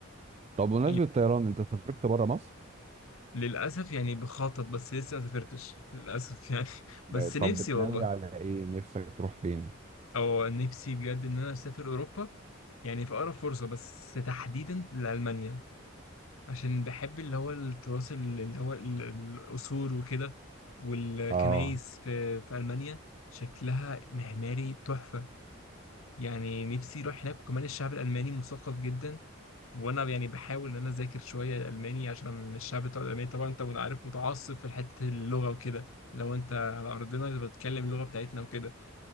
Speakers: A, on the right; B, on the left.
A: طب بمناسبة
B: يعني
A: الطيران انت سافرت بره مصر
B: للأسف يعني بخطط بس لسه ما سافرتش للأسف يعني <laughs>
A: ب-
B: بس نفسي
A: طب بتناوي
B: والله
A: على ايه نفسك تروح فين
B: أو نفسي بجد إن أنا أسافر أوروبا يعني في أقرب فرصة بس تحديدا لألمانيا عشان بحب اللي هو التراث ال- اللي هو ال- القصور وكده والكنايس
A: اه
B: في في ألمانيا شكلها معماري تحفة يعني نفسي أروح هناك وكمان الشعب الألماني مثقف جدا وأنا يعني بحاول إن أنا أذاكر شوية ألماني عشان الشعب بتاع الألماني طبعا أنت عارف متعصب في حتة اللغة وكده لو أنت على أرضنا بتتكلم اللغة بتاعتنا وكده